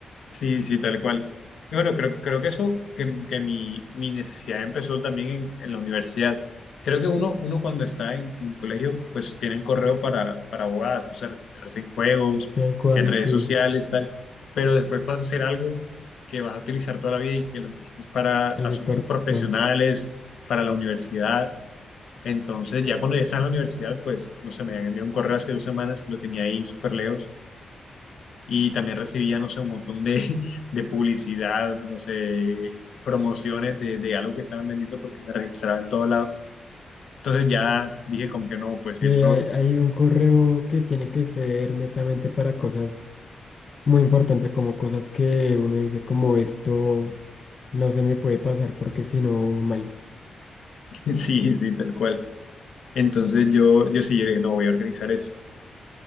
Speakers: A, on the left; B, on the left.
A: Sí, sí, tal cual. Y bueno, creo, creo que eso, que, que mi, mi necesidad empezó también en, en la universidad. Creo que uno, uno cuando está en, en colegio, pues tiene el correo para, para abogadas, no sé, registrarse en juegos,
B: tal cual,
A: en redes
B: sí,
A: sociales, tal. Pero después vas a hacer algo que vas a utilizar toda la vida y que lo necesitas para
B: algo
A: asuntos
B: importante.
A: profesionales, para la universidad. Entonces, ya cuando ya está en la universidad, pues, no sé, me habían enviado un correo hace dos semanas y lo tenía ahí súper lejos y también recibía, no sé, un montón de, <laughs> de publicidad, no sé, promociones de, de algo que estaban vendiendo porque me registraba en todo lado. Entonces ya dije como que no, pues
B: Sí,
A: eso,
B: hay, hay un correo que tiene que ser netamente para cosas muy importantes, como cosas que uno dice como esto no se me puede pasar porque si no mal.
A: <laughs> sí, sí, tal cual. Entonces yo, yo sí, yo dije, no, voy a organizar eso.